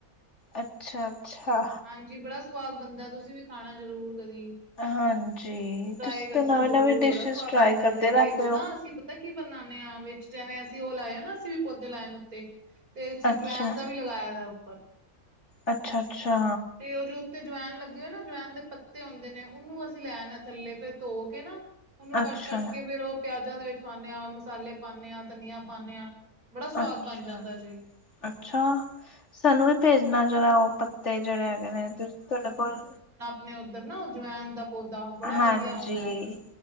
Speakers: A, on the left; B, on the right.
A: ਅੱਛਾ ਅੱਛਾ
B: ਹਾਂਜੀ, ਬੜਾ ਸਵਾਦ ਬਨੰਦਾ, ਤੁਸੀਂ ਵੀ ਖਾਣਾ ਜਰੂਰ ਕਦੀ।
A: ਹਾਂਜੀ
B: ਟਰਾਏ
A: ਤੁਸੀਂ
B: ਕਰਨਾ
A: ਤੇ ਨਵੇਂ
B: ਜਰੂਰ,
A: ਨਵੇਂ ਡਿਸ਼ਿਸ
B: ਬੜਾ ਸਵਾਦ
A: ਟਰਾਈ
B: ਬਣਦਾ
A: ਕਰਦੇ
B: ਜੇ
A: ਰਹਿੰਦੇ
B: ਵਿੱਚ ਨਾ
A: ਹੋ
B: ਅਸੀਂ ਤਾਂ ਕੀ ਬਨਾਨੇ ਆ, ਵਿੱਚ ਜੈਵੇਂ ਅਸੀਂ ਉਹ ਲਾਏ ਨਾ, ਅਸੀਂ ਵੀ ਪੌਦੇ ਲੈਨ ਉੱਤੇ ਤੇ, ਅਸੀਂ
A: ਅੱਛਾ
B: ਜਵੈਨ ਦਾ ਵੀ ਲਗਾਇਐ ਦਾ ਉੱਪਰ।
A: ਅੱਛਾ -ਅੱਛਾ
B: ਤੇ ਉਹ ਜੋ ਉੱਤੇ ਜਵੈਨ ਲੱਗੇ ਹੋਏ ਨਾ, ਜਵੈਨ ਦੇ ਪ ਤੇ ਆਂਦੇ ਨੇ, ਉਹਨੂੰ ਅਸੀਂ ਲੈ ਆਨੇ ਆ ਥੱਲੇ, ਫਿਰ ਧੋ ਕੇ ਨਾ, ਉਹਨੂੰ
A: ਅੱਛਾ
B: ਕੱਟ- ਕੱਟ ਕੇ ਫਿਰ ਉਹ ਪਿਆਜਾਂ ਦੇ ਵਿੱਚ ਪਾਨੇਂ ਆ, ਮਸਾਲੇ ਪਾਨੇਂ ਆ, ਧਨੀਆ ਪਾਨੇ ਆ, ਬੜਾ ਸਵਾਦ
A: ਅੱਛਾ
B: ਬਣ ਜਾਂਦਾ ਸੀ।
A: ਅੱਛਾ, ਸਾਨੂੰ ਵੀ ਭੇਜਨਾ ਜੇਹੜਾ ਓਹੋ ਪੱਤੇ, ਜਿਹੜੇ ਹੈਗੇ ਨੇ, ਤੁਹਾਡੇ ਕੋਲ
B: ਨੇ, ਔਧਰ ਨਾ ਜਵੈਨ ਦਾ ਪੌਦਾ, ਬੜਾ
A: ਹਾਂਜੀ
B: ਵਧੀਆ ਹੁੰਦਾ,